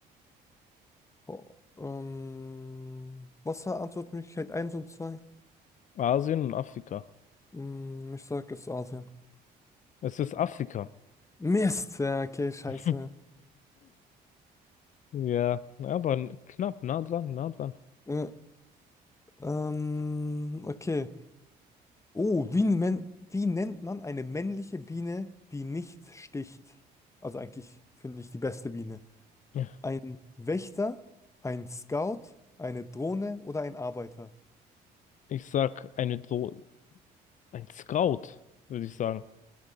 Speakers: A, on the left; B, on the left.
A: Oh, ähm, was war Antwortmöglichkeit 1 und 2.
B: Asien und Afrika.
A: Hm, ich sag jetzt Asien.
B: Es ist Afrika.
A: Mist! Ja, okay, scheiße.
B: <laughs> Ja, aber n- knapp, nah dran, nah dran.
A: Äh, ähm, okay. Oh, wie, men wie nennt man eine männliche Biene, die nicht sticht? Also eigentlich finde ich die beste Biene.
B: Ja.
A: Ein Wächter, ein Scout, eine Drohne oder ein Arbeiter?
B: Ich sag eine Do ein Scout, würde ich sagen.